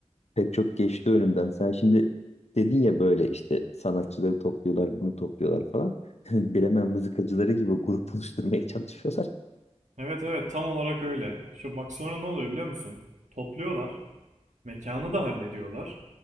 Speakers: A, on the left; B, on the right.
A: pek çok geçti önümden. Sen şimdi dedin ya böyle işte sanatçıları topluyorlar, bunu topluyorlar falan. <laughs> Bilemem mızıkacıları gibi grup oluşturmaya çalışıyorlar.
B: Evet evet tam olarak öyle. Şu bak sonra ne oluyor biliyor musun? Topluyorlar. Mekanı da hallediyorlar.